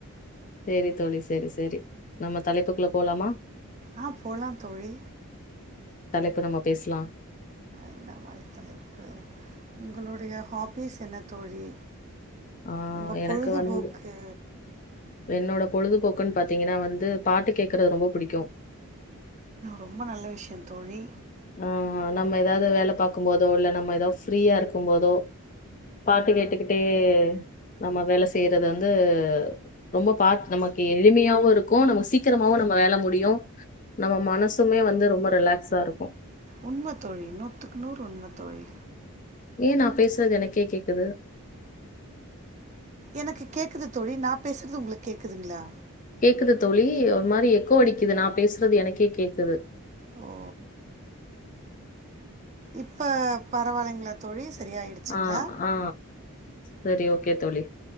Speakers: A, on the left (about 35°); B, on the right (about 30°).
A: சேரி தோழி சேரி சேரி நம்ம தலைப்புக்குள்ள போலாமா
B: ஆ போலாம் தோழி
A: ப நம்ம பேசலா
B: என்ன மாதிரி தலைப்பு உங்களுடைய ஹாபீஸ் என்ன தோழி
A: ஆ
B: உங்க பொழுதுபோக்கு
A: எனக்கு வந்து என்னோட பொழுதுபோக்குன்னு பாத்தீங்கன்னா வந்து பாட்டு கேட் கேக்கிறது ரொம்ப பிடிக்கும்
B: ரொம்ப நல்ல விஷயம் தோழி
A: ஆஹ் நம்ம ஏதாவது வேலை பார்க்கும் போதோ இல்ல நம்ம ஏதாவது ஃப்ரீயா இருக்கும் போதோ பாட்டு கேட்டுக்கிட்டே நம்ம வேலை செய்யறது வந்து ரொம்ப பா நமக்கு எளிமையாவும் இருக்கும் நம்ம சீக்கிரமாவும் நம்ம வேலை முடியும் நம்ம மனசுமே வந்து ரொம்ப ரிலாக்ஸா இருக்கும்
B: உண்மைத்தோழி நூற்றுக்கு நூறு உண்மைத்தோழி
A: ஏன் நான் பேசுறது எனக்கே கேக்குது
B: எனக்கு கேக்குது தோழி நான் பேசுறது உங்களுக்கு கேக்குதுங்களா
A: கேக்குது தோழி ஒரு மாதிரி எக்கோ அடிக்குது நான் பேசுறது எனக்கே கேக்குது
B: ஓ இப்ப பரவாயில்லைங்களா தோழி சரியாயிடுச்சுங்களா
A: ஆ, ஆ. சரி ஓகே தோழி